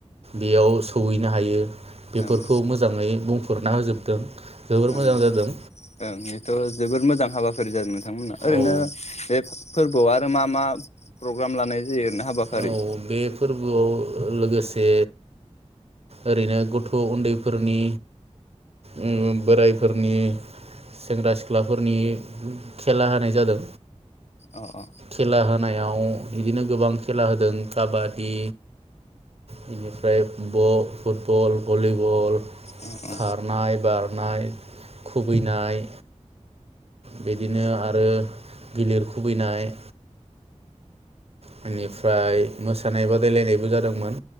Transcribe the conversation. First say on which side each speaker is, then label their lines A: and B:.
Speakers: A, on the right; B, on the left.
A: बेयाव सहैनो हायो बेफोरखौ
B: ओं
A: मोजाङै बुंफ फुरना होजोबदों जोबोर
B: ओं
A: मोजां जादों
B: ओं एथ' जोबोर मोजां हाबा फारि जादों नोंथांमोना ओरैनो
A: औ
B: बे फोरबोआव आरो मा मा प्रग्राम लानाय जायो ओरैनो हाबाफारि
A: औ बे फोरबोआव लोगोसे ओरैनो गथ' उन्दैफोरनि उम बोराइफोरनि सेंग्रा सिख्लाफोरनि खेला होनाय जादों
B: अ अ
A: खेला होनायाव बिदिनो गोबां खेला होदों काबादि बेनिफ्राय ब-फुटबल भलिबल
B: अ अ
A: खारनाय बारनाय खुबैनाय बिदिनो आरो गिलिर खुबैनाय बेनिफ्राय मोसानाय बादायलायनायबो जादोंमोन